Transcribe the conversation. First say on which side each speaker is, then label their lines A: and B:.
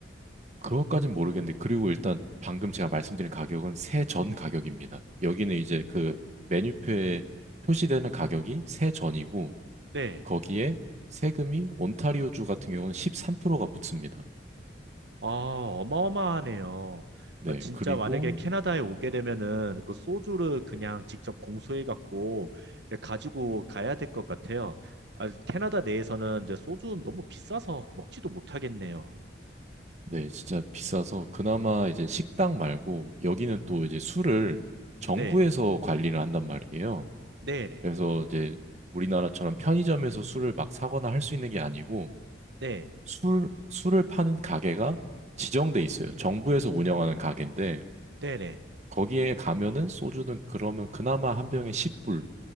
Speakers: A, on the right; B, on the right.
A: 그것까진 모르겠는데 그리고 일단 방금 제가 말씀드린 가격은 세전 가격입니다. 여기는 이제 그 메뉴표에 표시되는 가격이 세전이고
B: 네.
A: 거기에 세금이 온타리오주 같은 경우는 13%가 붙습니다.
B: 아, 어마어마하네요.
A: 네,
B: 아, 진짜
A: 그리고
B: 만약에 캐나다에 오게 되면은 그 소주를 그냥 직접 공수해 갖고 가지고 가야 될 것 같아요. 아, 캐나다 내에서는 이제 소주는 너무 비싸서 먹지도 못하겠네요.
A: 네, 진짜 비싸서 그나마 이제 식당 말고 여기는 또 이제 술을 정부에서
B: 네,
A: 관리를 한단 말이에요.
B: 네, 네,
A: 그래서 이제 우리나라처럼 편의점에서 술을 막 사거나 할 수 있는 게 아니고
B: 네,
A: 술, 술을 파는 가게가 지정돼 있어요. 정부에서 운영하는 가게인데
B: 네, 네,
A: 거기에 가면은 소주는 그러면 그나마 한 병에 10불